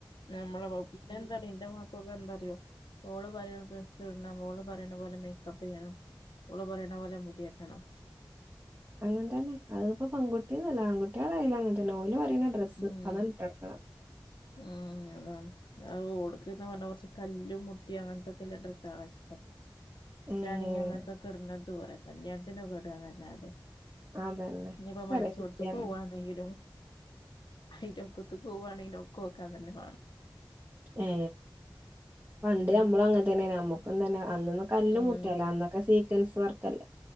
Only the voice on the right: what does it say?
അങ്ങനെ തന്നെ അതിപ്പ പെൺകുട്ടി എന്ന് അല്ല ആൺകുട്ടികളായല്ലും അങ്ങനെ തന്നെ ഓല് പറയുന്ന ഡ്രസ്സ്
അതാണ് ഇട്ട് കൊടക്കണേ
ഏഹ്
അതന്നെ
ചെറിയ
കുട്ടിയല്ലേ
ഏ പണ്ട്
അമ്മളും അങ്ങനത്തന്നെ അമ്മോ തന്നെ അന്നൊന്നും കല്ലും
മുട്ടയല്ല അന്നൊക്കെ സീറ്റൻസ് വർക്കല്ലേ